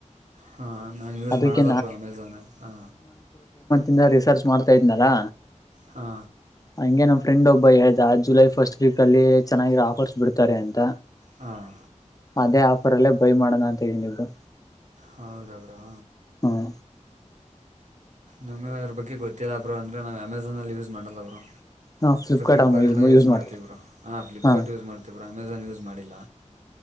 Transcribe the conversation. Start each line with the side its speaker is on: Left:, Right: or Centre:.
Right: ಹಾ ನಾನ್ ಯೂಸ್
Left: ಅದಕ್ಕೆ
Right: ಮಾಡಲ್ಲ ಬ್ರೋ ಅಮೆಝಾನ್ ಹ
Left: ಇನ್ನ ರಿಸರ್ಚ್ ಮಾಡ್ತಾ ಇದ್ನಲ್ಲಾ.
Right: ಹ್ಞಾ.
Left: ಹಂಗೆ ನಮ್ಮ ಫ್ರೆಂಡ್ ಒಬ್ಬ ಹೇಳ್ದ ಜುಲೈ ಫಸ್ಟ್ ವೀಕ್ ಅಲ್ಲಿ ಚೆನ್ನಾಗಿರ ಆಫರ್ಸ್ ಬಿಡ್ತಾರೆ ಅಂತ.
Right: ಹಾಂ
Left: ಅದೇ ಆಫರ್ ಅಲ್ಲೇ ಬೈ ಮಾಡೋಣ ಅಂತ ಇದೀನಿ ಬ್ರೋ.
Right: ಹೌದ ಬ್ರಾ
Left: ಹುಂ.
Right: ನಮಗ ಅದ್ರ ಬಗ್ಗೆ ಗೊತ್ತಿಲ್ಲ ಬ್ರು ಅಂದ್ರ ನಾ ಅಮೆಝನ್ ಅಲ್ಲಿ ಯೂಸ್ ಮಾಡಲ್ಲ ಬ್ರೋ.
Left: ಹಾ ಫ್ಲಿಪ್ಕಾರ್ಟ್
Right: ಫ್ಲಿಪ್ಕಾರ್ಟ
Left: ಅಮ್ಮ
Right: ಎಲ್ಲ ಯೂಸ್ ಮಾಡ್ತಿ
Left: ಮಾಡ್ತಾರೆ
Right: ಬ್ರು ಹ್ಞಾ ಫ್ಲಿಪ್ಕಾರ್ಟ್
Left: ಹಾ
Right: ಯೂಸ್ ಮಾಡ್ತತಿವ ಅಮೆಝಾನ್ ಯೂಸ್ ಮಾಡಿಲ್ಲ.